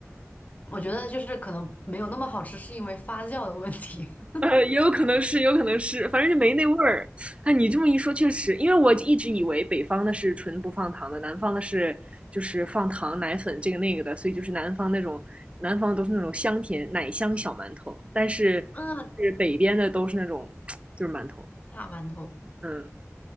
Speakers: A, on the left (about 30°); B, on the right (about 25°).
A: <clears throat> 我觉得就是可能没有那么好吃，是因为发酵的问题。
B: <laughs>！
A: <laughs>
B: 呃，也有可能是，也有可能是，反正就没那味儿。哎，你这么一说，确实，因为我一直以为北方的是纯不放糖的，南方的是就是放糖、奶粉这个那个的，所以就是南方那种，南方都是那种香甜奶香小馒头，但是是北边的都是那种就是馒头。
A: 嗯，大馒头。
B: 嗯，